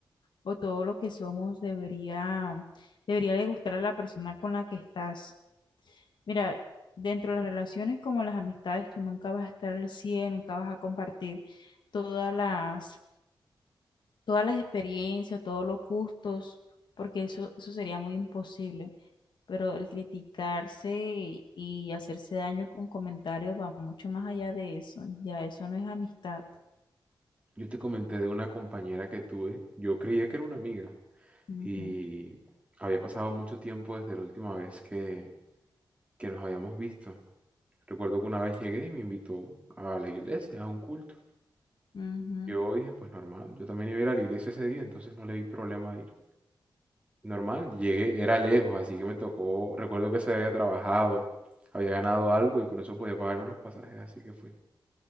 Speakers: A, on the left; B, on the right.
A: o todo lo que somos debería, debería de gustar a la persona con la que estás. Mira, dentro de las relaciones como las amistades, tú nunca vas a estar al cien nunca vas a compartir todas las, todas las experiencias, todos los gustos, porque eso, eso sería muy imposible. pero el criticarse y, y hacerse daño con comentarios va mucho más allá de eso, ya eso no es amistad.
B: Yo te comenté de una compañera que tuve. Yo creía que era una amiga.
A: Ujú,
B: Y había pasado mucho tiempo desde la última vez que, que nos habíamos visto. Recuerdo que una vez llegué y me invitó a la iglesia, a un culto.
A: ujú.
B: Yo dije, pues normal, yo también iba a ir a la iglesia ese día, entonces no le vi problema a ir. Normal, llegué, era lejos, así que me tocó, recuerdo que se había trabajado, había ganado algo y con eso podía pagarme los pasajes, así que fui.